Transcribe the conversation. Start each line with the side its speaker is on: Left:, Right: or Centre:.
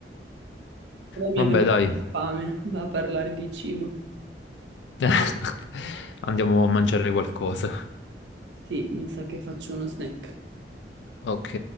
Right: Però mi
Left: Vabbè,
Right: è venuta
Left: dai.
Right: fame a parlare di cibo.
Left: <laughs> Andiamo a mangiare qualcosa.
Right: Sì, mi sa che faccio uno snack.
Left: Ok.